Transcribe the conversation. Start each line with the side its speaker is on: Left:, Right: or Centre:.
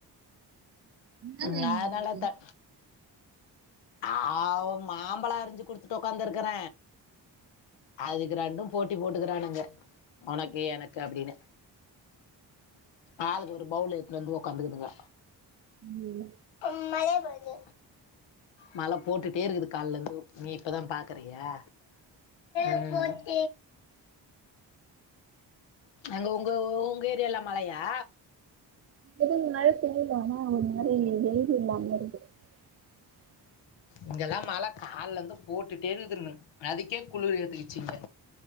Right: என்ன வேணு
Left: நா அதனால
Right: உனக்கு
Left: த அ மாம்பழ அரிஞ்சு குடுத்துட்டு உக்காந்துருக்கற அதுக்கு ரெண்டு போட்டி போட்டுக்கறானுங்க உனக்கு எனக்கு அப்டின்னு ஆளுக்கு ஒரு பவுல் எத்துனு வந்து உக்காந்துக்குதுங்க
Right: ம்
Left: ம் மறைய போது மழை போட்டுட்டே இருக்குது கால்லந்து நீ இப்பதா பாக்குறியா ம் அங்க உங்கோ உங்க ஏரியல்லா மழையா
Right: எதுவு முன்னாடியே செஞ்சிருந்தானா ஒரு மாரி தெளிவு இல்லாம இருக்கு <inaudible>
Left: இங்கெல்லா மழ கால்ல இருந்து போட்டுட்டே இருதுன்னு அதுக்கே குளிர் எத்துக்குச்சு இங்க